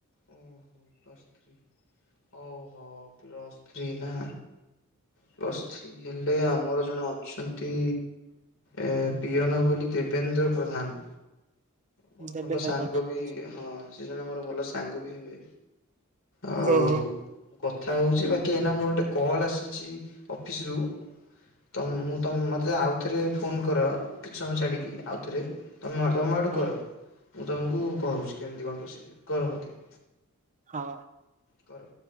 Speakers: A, on the left; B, on the right.
A: ଉଁହୁଁ ପ୍ଲସଥ୍ରୀ ଓହୋ ପ୍ଲସଥ୍ରୀ ନା? ପ୍ଲସ୍ ଥ୍ରୀ ହେଲେ ଆମର ଜଣେ ଅଛନ୍ତି ଏ ପିଅନ ବୋଲି ଦେବେନ୍ଦ୍ର ପ୍ରଧାନ। ମୋର
B: ଦେବେନ୍ଦ୍ର
A: ଭଲ ସାଙ୍ଗ
B: ପ୍ରଧାନ।
A: ବି ହଁ ସେ ଜଣେ ମୋର ଭଲ ସାଙ୍ଗ ବି ହେବେ। ଆଉ
B: ଓହୋ।
A: ମୁଁ କଥା ହଉଚି ବାକି ଏଇନା ମୋର ଗୋଟେ କଲ୍ ଆସୁଚି ଅଫିସ୍ ରୁ। ତ
B: ହୁଁ
A: ମୁଁ ମତେ ଆଉଥରେ ଫୋନ କର କିଛି ସମୟ ଛାଡ଼ିକି ଆଉଥରେ। ତମ ତମ ଆଡୁ
B: ହୁଁ
A: କର ମୁଁ ତୁମକୁ କହୁଛି କେମିତି କଣ ପ୍ରୋସିଜର୍ କର ମୋତେ।
B: ହଁ।
A: କର।